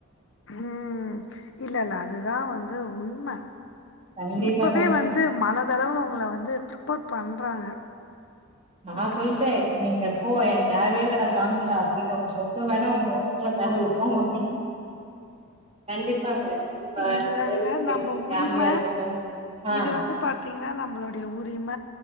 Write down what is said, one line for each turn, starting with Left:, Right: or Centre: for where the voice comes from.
Left: உம் இல்லல்ல அது தான் வந்து உண்மை
Right: கண்டிப்பா
Left: இப்பவே
Right: கண்டிப்பா
Left: வந்து மனதளவு உங்கள வந்து ஃபிரிப்பர் பண்றாங்க
Right: நான்
Left: ஓகேவா?
Right: சொல்லிட்டே நீங்க போ எனக்கு தேவ இல்லடா சாமிங்களா அப்படின்ற உங்க சொத்த வேணா உங்க <inaudible> <unintelligible> கண்டிப்பாங்க இப்ப
Left: இல்ல,
Right: வே
Left: இல்ல.
Right: பேச
Left: நம்ப
Right: பேமிலியா
Left: உரிம
Right: இருக்கட்டு ஆ
Left: இது வந்து பாத்தீங்கன்னா நம்மளுடைய உரிம